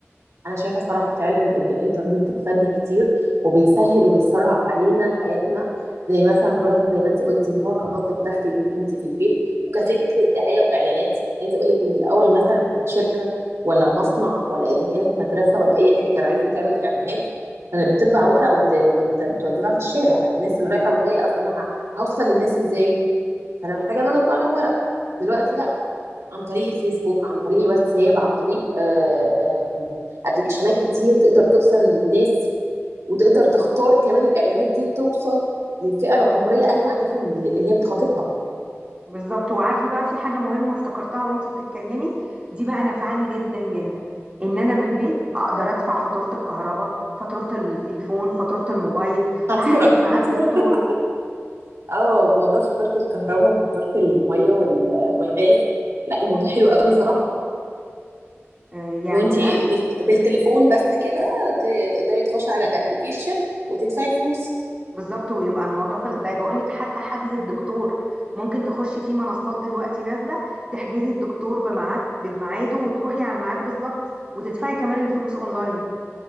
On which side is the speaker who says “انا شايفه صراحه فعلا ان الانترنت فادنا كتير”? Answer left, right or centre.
Right